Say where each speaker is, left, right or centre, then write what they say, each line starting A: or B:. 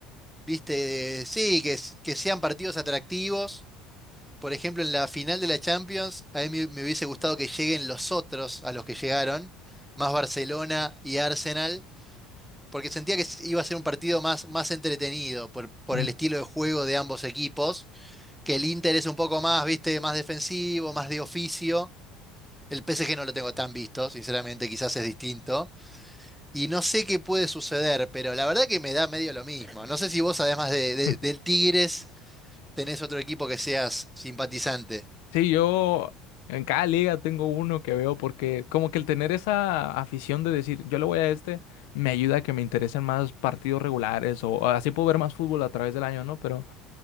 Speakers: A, in the centre; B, on the left (about 80°).
A: viste, sí, que, s- que sean partidos atractivos. Por ejemplo, en la final de la Champions, a mí me, me hubiese gustado que lleguen los otros a los que llegaron, más Barcelona y Arsenal, porque sentía que s- iba a ser un partido más, más entretenido por, por
B: Mm,
A: el estilo de juego de ambos equipos, que el Inter es un poco más, viste, más defensivo, más de oficio. El PSG no lo tengo tan visto, sinceramente, quizás es distinto. Y no sé qué puede suceder, pero la verdad que me da medio lo mismo. No sé si vos, además de, de-
B: ujú.
A: del Tigres, tenés otro equipo que seas simpatizante.
B: Sí, yo en cada liga tengo uno que veo porque como que el tener esa afición de decir, yo le voy a este, me ayuda a que me interesen más partidos regulares o o así puedo ver más fútbol a través del año, ¿no? Pero